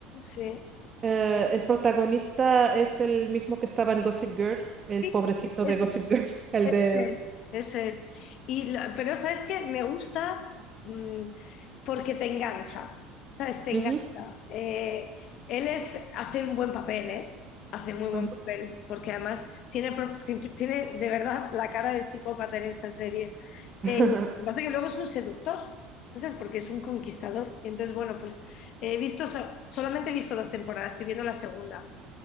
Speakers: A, on the left; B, on the right.
A: Sí,
B: Eh, el protagonista es el mismo que estaba en Gossip Girl, el
A: sí,
B: pobrecito
A: es-
B: de Gossip Girl, <laughs> el
A: Ese
B: de...
A: es, ese es. Y lo- pero sabes que me gusta mm, porque te engancha, ¿sabes? Te engancha.
B: Ujú,
A: Eh, él es, hace un buen papel, ¿eh? Hace muy buen
B: ajá.
A: papel, porque además tiene, pro- ti- tiene de verdad la cara de psicópata en esta serie.
B: <laughs>
A: Eh, lo que pasa es que luego es un seductor, ¿sabes? Porque es un conquistador. Y entonces, bueno, pues he visto, so- solamente he visto dos temporadas, estoy viendo la segunda